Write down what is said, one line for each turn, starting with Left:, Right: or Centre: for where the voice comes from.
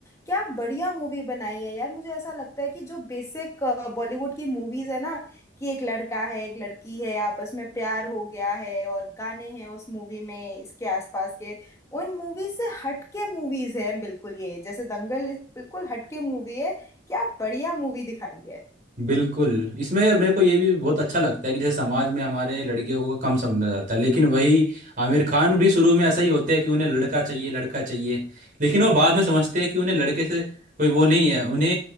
Left: क्या बढ़िया मूवी बनाई है यार मुझे ऐसा लगता है कि जो बेसिक बॉलीवुड की मूवीज है ना कि एक लड़का है एक लड़की है आपस में प्यार हो गया है और गाने हैं उस मूवी में इसके आसपास के उन मूवीज से हटके मूवीज है बिल्कुल ये जैसे दंगल बिल्कुल हटके मूवी है क्या बढ़िया मूवी दिखाई है
Right: बिल्कुल इसमें मेरे को ये भी बहुत अच्छा लगता है कि जैसे समाज में हमारे लड़कियों को कम समझा जाता है लेकिन वही आमिर खान भी शुरू में ऐसा ही होते हैं कि उन्हें लड़का चाहिए लड़का चाहिए लेकिन वो बाद में समझते हैं कि उन्हें लड़के से कोई वो नहीं है उन्हें